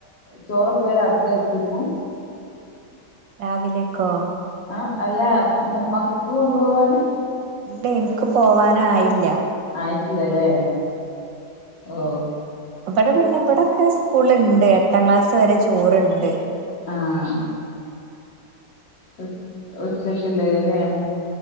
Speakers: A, on the left; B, on the right.
A: ചോറൊക്കെ രാത്രി വെച്ചേക്കൂ
B: രാവിലെക്കോ
A: ആ അല്ല മക്കൾക്ക് കൊണ്ടു പോവാന്
B: ഇല്ല എനിക്ക് പോവാന് ആയില്ല
A: ആയിട്ടില്ലല്ലേ ഓ
B: ഇവിടെ പിന്നെ ഇവിടെക്കെ സ്കൂളുല്ണ്ട്, എട്ടാം ക്ലാസ് വരെ ചോറുണ്ട്
A: ആ ആ ഉ ഉച്ചക്കുള്ളല്ലേ